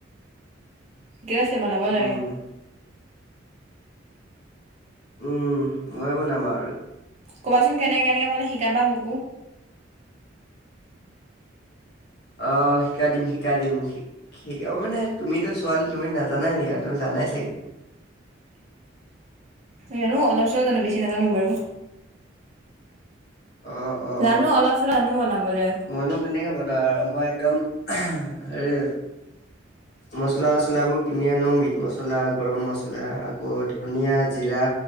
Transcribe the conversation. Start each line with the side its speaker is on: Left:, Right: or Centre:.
Right: ঠিকে আছে বনাব
Left: উম,
Right: লাগে।
Left: উম ময়ে বনাম আৰু।
Right: কবাচোন কেনেকে কেনেকে মানে শিকাবা মোকো।
Left: অ শিকাই দিম শিকাই দিম শ শিক মানে তুমিতো ছোৱালী তুমি নাজানা নেকি আৰু তুমি জানা নাই ছাগে
Right: জানো অলপ চলপ জানো বেছি নাজানো বাৰু
Left: অ', অ',
Right: জানো অলপ চ জানো বনাবলৈ
Left: মইনো কেনেকে হ ব ন মই একদম হেৰি মছলা চচলাবোৰ কিনি আনো মিট মছলা গৰম মছলা আকৌ ধনিয়া জিৰা